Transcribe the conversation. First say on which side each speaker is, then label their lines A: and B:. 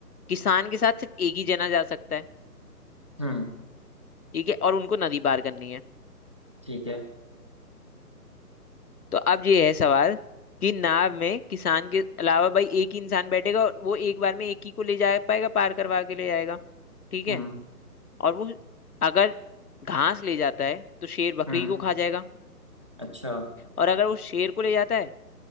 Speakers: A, on the left; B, on the right.
A: किसान के साथ सिर्फ एक ही जना जा सकता है
B: हम्म
A: ठीक है और उनको नदी पार करनी है
B: ठीक है
A: तो अब ये है सवाल कि नाव में किसान के अलावा भाई एक ही इंसान बैठेगा और वो एक बार में एक ही को ले जा पाएगा पार करवा के ले जाएगा ठीक
B: हम्म
A: है और वो अगर घास ले जाता है तो शेर बकरी
B: हम्म
A: को खा जाएगा
B: अच्छा
A: और अगर वो शेर को ले जाता है